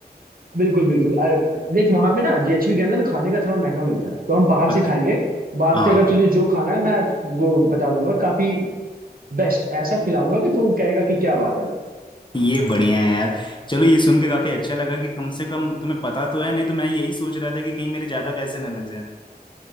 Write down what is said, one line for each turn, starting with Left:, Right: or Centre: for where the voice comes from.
Right: बिल्कुल बिल्कुल अरे, देख वहां पे ना जेएचवी के अंदर ना खाने का थोड़ा महंगा मिलता है तो हम बाहर
Left: अच्छा
Right: से खाएंगे बाहर
Left: हाँ।
Right: से अगर तुझे जो खाना है मैं वो बता दूंगा काफी बेस्ट ऐसा खिलाऊंगा कि तू कहेगा कि क्या बात है भाई
Left: ये बढ़िया है यार चलो ये सुन के काफी अच्छा लगा कि कम से कम तुम्हें पता तो है नहीं तो मैं यही सोच रहा था कि कहीं मेरे ज्यादा पैसे ना लग जाए